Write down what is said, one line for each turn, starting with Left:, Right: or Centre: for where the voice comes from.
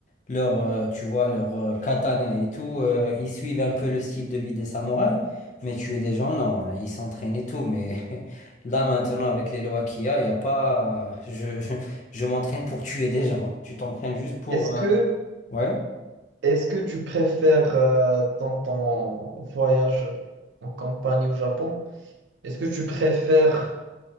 Left: leur, euh, tu vois, leur euh, katana et tout. euh, ils suivent un peu le style de vie des samouraïs. Mais tuer des gens, non, hein, ils s'entraînent et tout. Mais <laughs> là, maintenant, avec les lois qu'il y a, il n'y a pas. Je, je, <laughs> je m'entraîne pour tuer des gens. Tu t'entraînes juste pour.
Right: Est-ce que
Left: euh, Ouais.
Right: Est-ce que tu préfères euh, dans ton voyage en campagne au Japon, est-ce que tu préfères